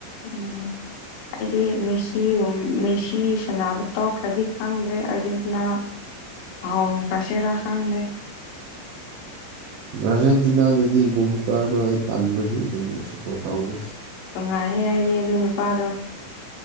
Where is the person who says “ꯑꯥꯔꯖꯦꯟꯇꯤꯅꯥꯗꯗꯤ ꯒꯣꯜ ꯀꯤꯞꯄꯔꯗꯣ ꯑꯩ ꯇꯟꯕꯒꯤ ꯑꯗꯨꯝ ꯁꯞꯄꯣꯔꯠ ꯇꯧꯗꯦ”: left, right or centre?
Right